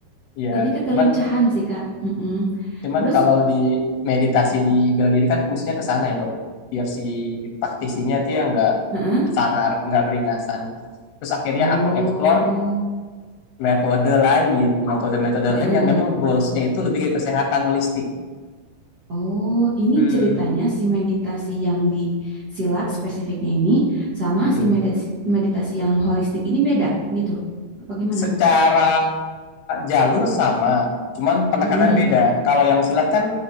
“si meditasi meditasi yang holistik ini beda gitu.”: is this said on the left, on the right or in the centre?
Right